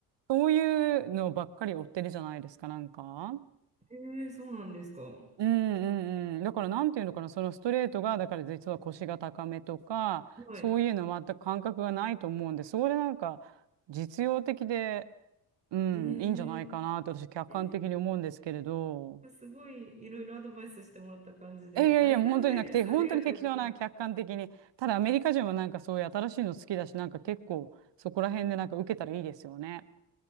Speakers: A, on the right (about 70°); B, on the right (about 15°).
A: そういうのばっかり追ってるじゃないですか、なんか。
B: えー、そうなんですか。
A: うんうんうん。だからなんていうのかな、そのストレートが、だから実は腰が高めとか、
B: はい。
A: そういうの全く感覚がないと思うんで、それなんか実用的で、うん、
B: えー、
A: いいんじゃないかなと私客観的に思うんですけれど。
B: えー、すごいいろいろアドバイスしてもらった感じで、
A: え、いやいや、
B: ありがたいです。
A: もう本当になくて、本当に適当な客観的に。
B: ありがとうございます。
A: ただアメリカ人はなんかそういう新しいの好きだし、なんか結構そこら辺でなんか受けたらいいですよね。